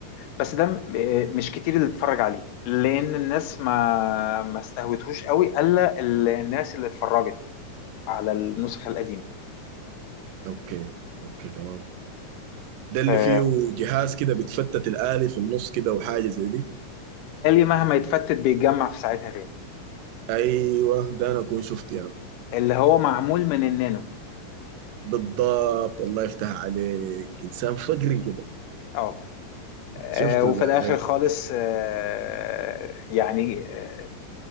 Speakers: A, on the left; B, on the right.
A: بس ده م- آه، مش كتير اللي اتفرج عليه لان الناس ما ما استهوتهوش قوي الا ال- الناس اللي اتفرجت على النسخ القديمه
B: اوكي اوكي تمام ده اللي
A: فالآلي
B: فيه جهاز كده بتفتت الآلي في النص كده وحاجة زي دي
A: مهما يتفتت بيتجمع في ساعتها تاني
B: ايوه ده انا اكون شفته يعني
A: اللي هو معمول من النانو
B: بالضبط الله يفتح عليك انسان فقري كده
A: اه آه،
B: شفته
A: وفي
B: ده
A: الاخر
B: هاي
A: خالص آه، يعني آه،